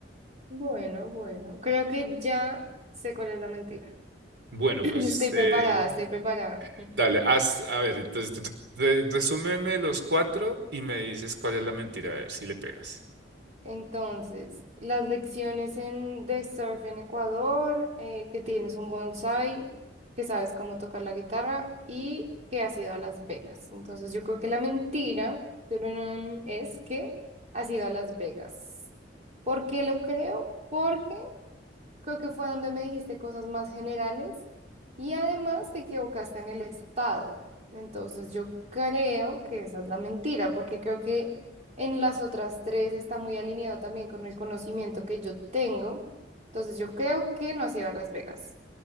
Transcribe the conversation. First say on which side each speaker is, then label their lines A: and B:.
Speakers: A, on the right; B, on the right.
A: Bueno, bueno. Creo que ya sé cuál es la mentira.
B: Bueno,
A: <laughs> Estoy
B: pues
A: preparada,
B: eh,
A: estoy preparada.
B: Dale, haz, a ver, entonces re- re- resúmeme los cuatro y me dices cuál es la mentira, a ver si le pegas.
A: Entonces, las lecciones en, de surf en Ecuador, eh, que tienes un bonsai, que sabes cómo tocar la guitarra y que has ido a Las Vegas. Entonces, yo creo que la mentira tururún, es que has ido a Las Vegas. ¿Por qué lo creo? Porque Creo que fue donde me dijiste cosas más generales y además te equivocaste en el estado. Entonces yo creo que esa es la mentira, porque creo que en las otras tres está muy alineado también con el conocimiento que yo tengo. Entonces yo creo que no has ido a Las Vegas.